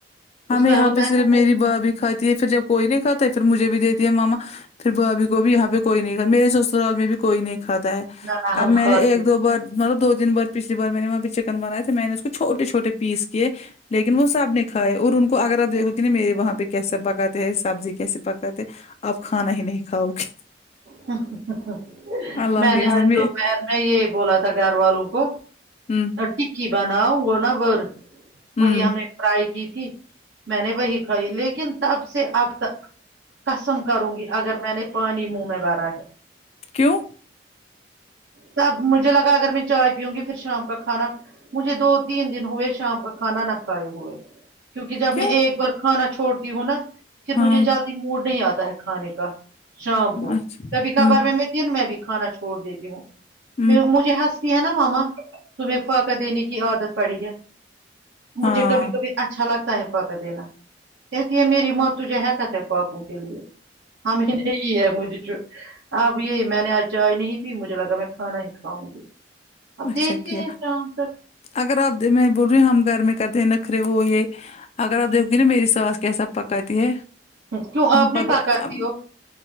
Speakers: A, on the left; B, on the right.
A: ہمیں
B: اس کا
A: یہاں
B: ہوتا
A: پہ صرف
B: ہے نا
A: میری
B: وہ
A: بابھی کھاتی ہے پھر جب کوئی نہیں کھاتا ہے پھر مجھے بھی دیتی ہے ماما پھر بھابھی کو بھی یہاں پہ کوئی نہیں کھا میرے سسرال میں بھی کوئی نہیں کھاتا ہے
B: نہ نہ ہم
A: اب میں
B: کھاتے
A: نے ایک دو بار مطلب دو دن بار پچھلی بار میں نے وہاں پہ چکن بنائے تھے میں نے اس کو چھوٹے چھوٹے پیس کیے لیکن وہ سب نے کھائے اور ان کو اگر آپ دیکھو گے نا میرے وہاں پہ کیسا پکاتے سبزی کیسے پکاتے آپ کھانا ہی نہیں کھاؤ گی
B: ہ ہ ہ
A: اللہ
B: میں
A: کی
B: نے
A: قسم
B: آج دوپہر میں یہی بولا تھا گھر والوں کو
A: ہم
B: ٹکی بناؤ وہ نا ور
A: ہمم
B: وہی ہم نے فرائی کی تھی میں نے وہی کھائی لیکن تب سے اب تک چم کروں گی اگر میں نے پانی منہ میں بھرا ہے
A: کیوں
B: تب مجھے لگا اگر میں چائے پیوں گی پھر شام کا کھانا مجھے دو تین دن ہوئے شام کا کھانا نہ کھائے ہوئے کیونکہ جب
A: کیوں
B: میں ایک بار کھانا چھوڑتی ہوں نا پھر
A: ہاں
B: مجھے جلدی موڈ نہیں آتا ہے کھانے کا شام کو
A: اچھا
B: کبھی کبھار
A: ہمم
B: مے میں دن میں بھی کھانا چھوڑ دیتی ہوں
A: ہمم
B: میں مجھ یہ ہنستی ہے نا ماما تمہیں فاکا دینے کی عادت پڑی ہے
A: ہاں
B: مجھے کبھی کبھی اچھا لگتا ہے پاکا دینا کہتی ہے میری موت تجھے ہے کتے پاپوں کے لیے ہمیں نہیںی ہے مجھے جو اب یہ میں نے آج چائے نہیں پی مجھے لگا میں کھانا ہی کھاؤں گی اب
A: اچھا
B: دیکھتے
A: کیا
B: ہیں شام تک
A: اگر آپ دل میں وہ بھی ہم گھر میں کرتے ہیں نکھرے وہ یہ اگر آپ دیکھو گے نا میری ساس کیسا پکاتی ہے
B: کیوں آپ نی
A: پت-
B: پاکاتی
A: ام،
B: ہو